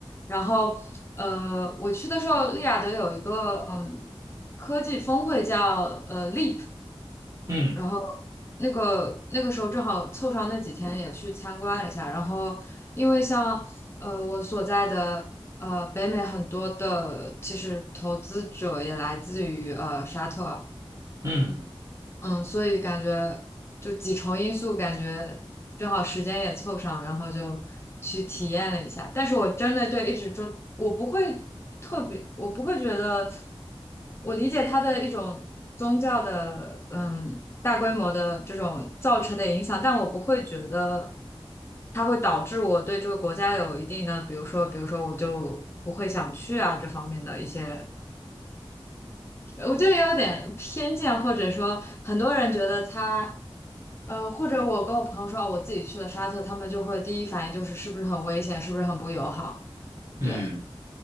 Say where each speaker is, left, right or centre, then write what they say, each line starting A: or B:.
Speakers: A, on the left; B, on the right.
A: 然后，呃，我去的时候，利雅得有一个嗯科技峰会叫呃 Leap。
B: 嗯
A: 然后那个那个时候正好凑上那几天也去参观了一下，然后因为像呃我所在的呃北美很多的其实投资者也来自于呃沙特，
B: 嗯
A: 嗯，所以感觉就几重因素，感觉正好时间也凑上，然后就去体验了一下。但是我真的对一直中，我不会特别，我不会觉得，我理解它的一种宗教的，嗯，大规模的这种造成的影响，但我不会觉得它会导致我对这个国家有一定的，比如说，比如说我就不会想去啊这方面的一些。我觉得有点偏见，或者说很多人觉得他，呃，或者我跟我朋友说，哦我自己去了沙特，他们就会第一反应就是是不是很危险，是不是很不友好？
B: 嗯，
A: 对，